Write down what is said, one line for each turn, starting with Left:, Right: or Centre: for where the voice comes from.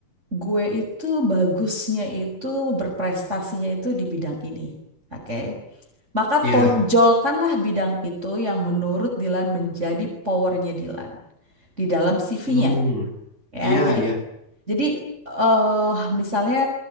Right: gue itu bagusnya itu berprestasinya itu di bidang ini. Oke. Maka
Left: Iya.
Right: tonjolkanlah bidang itu yang menurut Dilan menjadi powernya Dilan di dalam CV-nya.
Left: Hmm.
Right: Ya,
Left: Iya,
Right: jadi
Left: iya.
Right: jadi eh misalnya